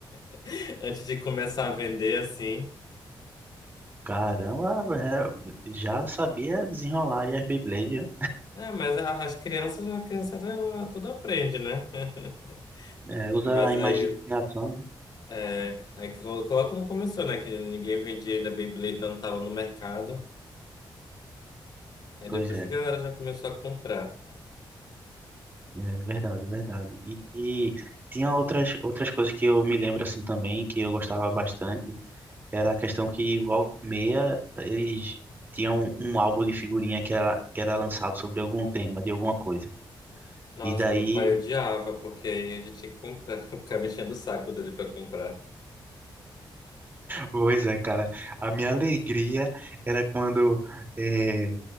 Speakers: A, on the left; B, on the right.
A: <laughs> Antes de começar a vender, assim.
B: caramba, é, já sabia desenrolar aí as Beyblade, né?
A: É, mas a- as crianças, a criança ela tudo aprende, né? <laughs>
B: É, usa
A: Mas
B: a imaginação,
A: aí,
B: né?
A: é, aí colo- coloca como começou, né? Que ninguém vendia ainda Beyblade, não tava no mercado. Aí
B: Pois
A: depois
B: é,
A: que a galera já começou a comprar.
B: é verdade, verdade. E, e tinha outras, outras coisas que eu me lembro assim também, que eu gostava bastante, era a questão que volta e meia eles tinham um álbum de figurinha que era, que era lançado sobre algum tema, de alguma coisa.
A: Nossa,
B: E daí
A: meu pai odiava, porque aí a gente tinha que comprar, <laughs> ficar mexendo o saco dele pra comprar.
B: Pois é, cara. A minha alegria era quando eh,